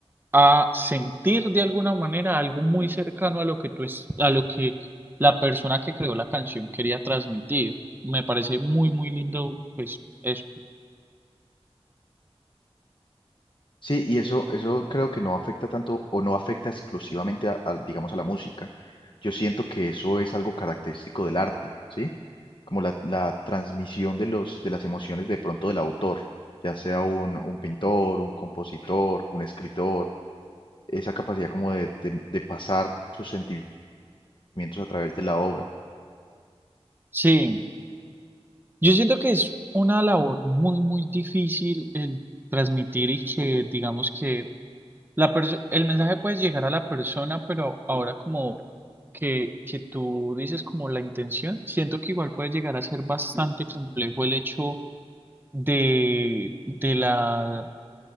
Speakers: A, on the right; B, on the left.
A: a sentir de alguna manera algo muy cercano a lo que tú es, a lo que la persona que creó la canción quería transmitir. Me parece muy, muy lindo, pues eso.
B: Sí, y eso, eso creo que no afecta tanto o no afecta exclusivamente a, a, digamos, a la música. Yo siento que eso es algo característico del arte, ¿sí? Como la, la transmisión de los, de las emociones de pronto del autor, ya sea un, un pintor, un compositor, un escritor, esa capacidad como de, de de pasar sus sentimientos a través de la obra.
A: Sí. Yo siento que es una labor muy, muy difícil el transmitir y que digamos que la perso- el mensaje puede llegar a la persona, pero ahora como que, que tú dices como la intención, siento que igual puede llegar a ser bastante complejo el hecho de, de la